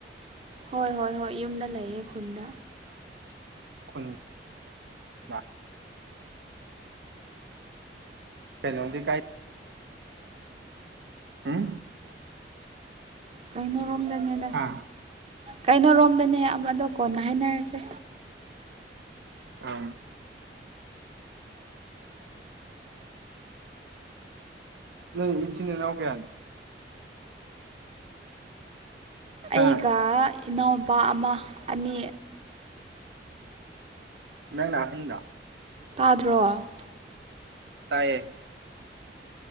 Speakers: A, on the right; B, on the right.
A: ꯍꯣꯏ ꯍꯣꯏ ꯍꯣꯏ ꯌꯨꯝꯗ ꯂꯩꯌꯦ ꯈꯨꯟꯗ
B: ꯈꯨꯟꯗ ꯀꯩꯅꫭꯗꯤ ꯀꯥꯏ ꯎꯝ
A: ꯀꯩꯅꯣꯔꯣꯝꯗꯅꯦꯗ
B: ꯍꯥ
A: ꯀꯩꯅꯣꯔꯣꯝꯗꯅꯦ ꯑꯃꯗꫭ ꯀꯣꯟꯅ ꯍꯥꯏꯅꯔꯁꯦ
B: ꯑ ꯅꯣꯏ ꯏꯆꯤꯅꯦꯅꯥꯎ ꯀꯌꯥꯅꫭ
A: ꯑꯩꯒ
B: ꯍꯥ
A: ꯏꯅꯥꯎꯄꯥ ꯑꯃ ꯑꯅꯤ
B: ꯅꯪ ꯅ ꯑꯍꯟꯔ
A: ꯇꯥꯗ꯭ꯔꯣ
B: ꯇꯥꯏꯌꯦ